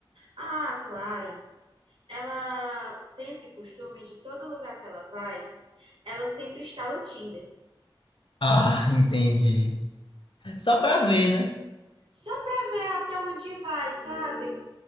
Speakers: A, on the right; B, on the left.
A: Ah, a Clara, ela tem esse costume de todo lugar que ela vai, ela sempre instala o Tinder.
B: Ah, <laughs> entendi. Só pra ver, né?
A: Só pra ver até onde vai, sabe?